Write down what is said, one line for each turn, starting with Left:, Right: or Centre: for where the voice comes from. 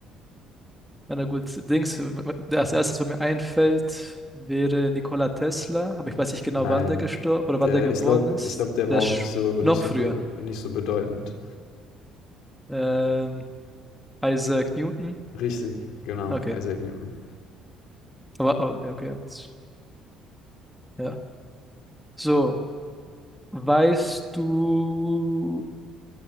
Centre: na gut, Dings, der als erstes, was mir einfällt, wäre Nikola Tesla, aber ich weiß nicht genau,
Left: Nein.
Centre: wann der gestorben oder wann
Left: Der,
Centre: der geboren
Left: ich glaube,
Centre: ist.
Left: ich glaub, der
Centre: Der
Left: war auch
Centre: ist
Left: nicht so,
Centre: noch
Left: nicht so,
Centre: früher.
Left: be- nicht so bedeutend.
Centre: Ähm, Isaac Newton.
Left: Richtig, genau,
Centre: Okay.
Left: Isaac Newton.
Centre: Aber, aber ja, okay. jetzt- Ja. So, weißt du,